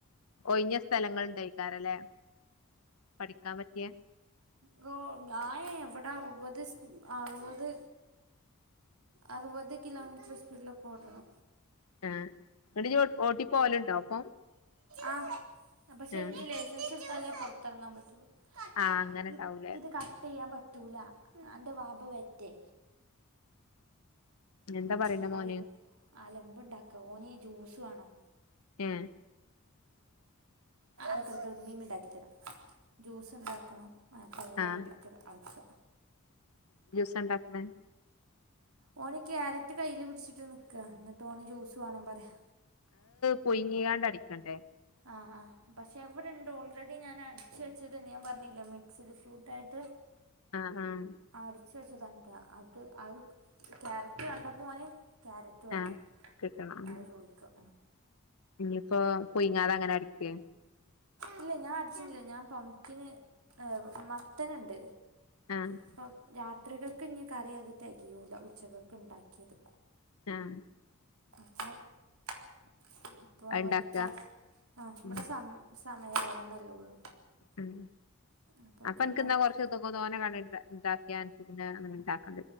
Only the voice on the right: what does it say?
റോ ഞായ എവിടെ അറുപത് ആറുപത് അറുപത് കിലോമീറ്റർ സ്പീഡില പോന്നത്
ആഹ് പക്ഷെ
ഇീ ലൈസൻസ് എടുത്താലേ പൊറത്തിറങ്ങാൻ പറ്റുള്ളൂ
ഇ
ഇത് കട്ട് ചെയ്യാൻ പറ്റൂല അന്റെ വാപ്പ വർറ്റേ
മക്കൾ
അല അലമ്പ് ഇണ്ടാക്ക ഓന് ജ്യൂസ് വേണോ
ക മീൻ ഉണ്ടാക്കി തരാം ജ്യൂസ്ണ്ടാക്കണം പ്പ അയ്ന്
വേണ്ടിയിട്ട് അടുക്കുക
ഓന് ക്യാരറ്റ് കൈയില് പിടിച്ചിട്ട് നിക്ക എന്നിട്ട് ഓന് ജ്യൂസ് വേണം പറയാ
ആഹ് ആ പക്ഷെ എവിടെണ്ട് ഓൾറെഡി ഞാൻ അടിച്ചു വെച്ചത് ഞാൻ പറഞ്ഞില്ല മീ മിക്സഡ് ഫ്രൂട്ട് ആായിട്ട്
അടിച്ച് വെച്ചത അത് അത് ക്യാരറ്റ് കണ്ടപ്പോൾന് ക്യാരറ്റ് വേണം
അത് ചോദിക്കുക
ഇല്ല ഞാൻ അടിച്ചിട്ടട്ടില്ല ഞാൻ പംക്കിന് ഏർ മത്തനുണ്ട്
അപ്പം രാത്രികൾക്ക് ഇനി കറിയ അത് തികയൂല ഉച്ചകൾക്ക് ഉണ്ടാക്കിയത്
<unintelligible> ഇപ്പോൾ
വയ്ക്കാ ആ ഇവിടെ
സമ സമയമാവുന്നല്ലേ ഉള്ളൂ
അപ്പോൾ അതുണ്ടാക്കും